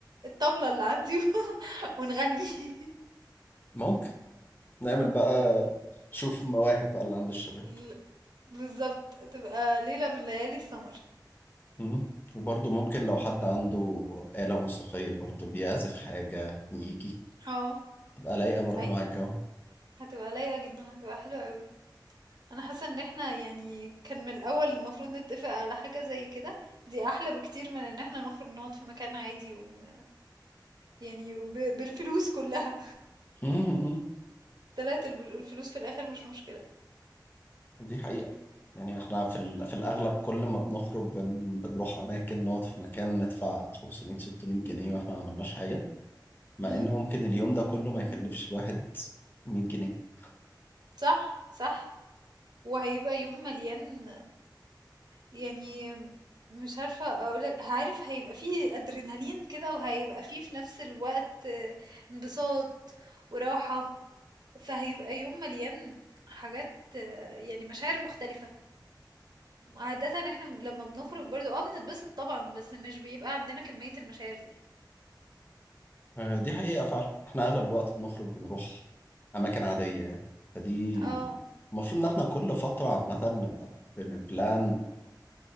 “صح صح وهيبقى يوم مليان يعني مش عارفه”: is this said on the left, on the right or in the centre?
Right